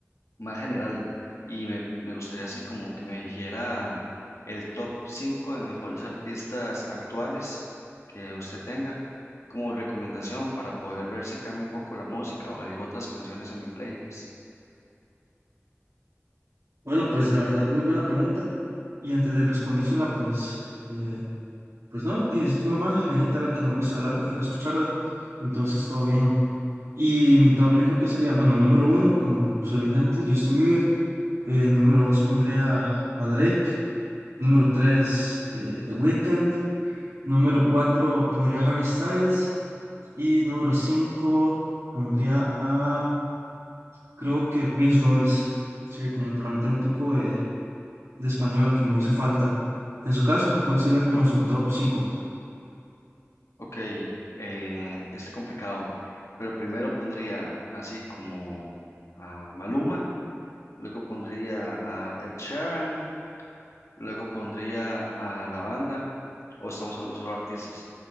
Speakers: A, on the left (about 80°); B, on the right (about 75°).
A: más general y me, me gustaría así como que me dijera el top 5 de mejores artistas actuales que usted tenga como recomendación para poder ver si cambia un poco la música o agrego otras canciones a mi playlist.
B: Bueno, pues la verdad, muy buena pregunta. Y antes de respondérsela, pues... eh, Pues no, dices, es normal, hay gente a la que no le gusta hablar, prefiero escucharla, entonces todo bien. Y mi top yo creo que sería, bueno, número uno, como se lo dije antes, Justin Bieber, eh, número dos pondría a Drake, número tres eh, The Weeknd, número cuatro pondría a Harry Styles y número cinco pondría a, creo que Prince Royce, sí, como para meter un poco de, de español que me hizo falta. En su caso, ¿cuál sería como su top cinco?
A: Ok, eh, está complicado, pero primero pondría así como a Maluma, luego pondría a Ed Sheeran, luego pondría a la banda, o estamos hablando solo de artistas.